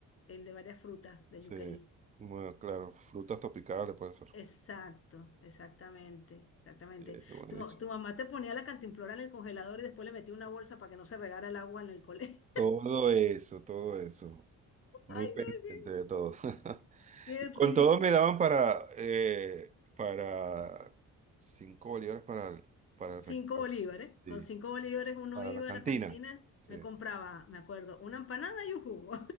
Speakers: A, on the left; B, on the right.
A: el de varias frutas, de
B: sí.
A: yuquerí.
B: Bueno, claro, frutas tropicales puede ser.
A: Exacto, exactamente, exactamente.
B: Eh, buenísimo.
A: Tu, ma- tu mamá te ponía la cantimplora en el congelador y después le metía una bolsa para que no se regara el agua en el colegio.
B: Todo eso, todo eso.
A: <laughs>
B: Muy
A: Ay,
B: pendiente
A: no, qué,
B: de todo. <laughs>
A: qué
B: Y
A: risa.
B: con todo me daban para, eh, para cinco bolívares para, el- para,
A: Cinco
B: el rec- para-
A: bolívares.
B: sí,
A: Con cinco bolívares uno
B: para
A: iba
B: la cantina.
A: a la cantina,
B: Sí,
A: me compraba, me acuerdo, una empanada y un jugo.